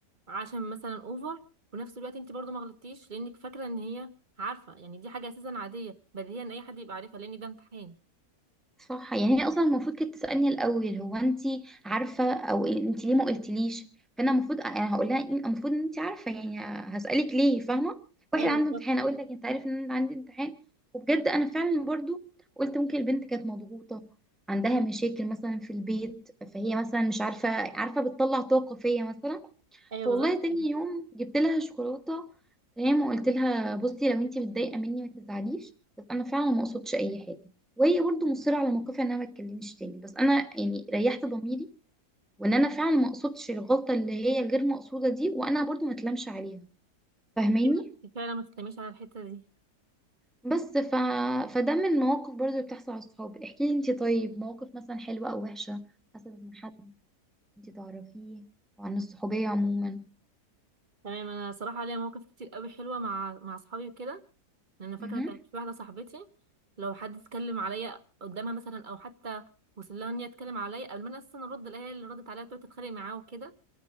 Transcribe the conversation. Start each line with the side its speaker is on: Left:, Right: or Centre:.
Right: عشان مثلا اوفر وفي نفس الوقت انت برضو ما غلطتيش لانك فاكره ان هي عارفه يعني دي حاجه اساسا عاديه بديهيا اي حد يبقى عارفها لان ده امتحان
Centre: صح يعني هي اصلا المفروض كانت تسالني الاول هو انت عارفه او انت ليه ما قلتليش فانا المفروض انا هقول لها إيه- المفروض ان انت عارفه يعني هسالك ليه فاهمه واحد
Right: ايوه
Centre: عنده
Right: بالظبط
Centre: امتحان اقول لك انت عارف ان انا عندي امتحان وبجد انا فعلا برضو قلت ممكن البنت كانت مضغوطه عندها مشاكل مثلا في البيت فهي مثلا مش عارفه عارفه بتطلع طاقه فيا مثلا
Right: ايوه
Centre: فوالله
Right: بالظبط
Centre: تاني
Right: كده.
Centre: يوم جبت لها شوكولاته تمام وقلت لها بصي لو انت متضايقه مني ما تزعليش بس انا فعلا ما قصدتش اي حاجه وهي برضه مصرة على موقفها انها ما تكلمنيش تاني بس انا يعني ريحت ضميري وان انا فعلا ما قصدتش الغلطة اللي هي غير مقصودة دي وانا برضه ما اتلامش عليها فاهماني
Right: أيوة، فعلا ما تتلميش على الحته دي
Centre: بس ف... فده من المواقف برضه اللي بتحصل على الصحاب احكي لي انتي طيب مواقف مثلا حلوة او وحشة حصلت من حد انتي تعرفيه او عن الصحوبية عموما
Right: تمام انا صراحه ليا مواقف كتير قوي حلوه مع مع اصحابي وكده لان أنا فاكره
Centre: مهم.
Right: كانت في واحده صاحبتي لو حد اتكلم عليا قدامها مثلا او حتى وصل لها ان هي تتكلم عليا قبل ما انا اصلا ارد الاقيها اللي ردت عليا تقعد تتخانق معاه وكده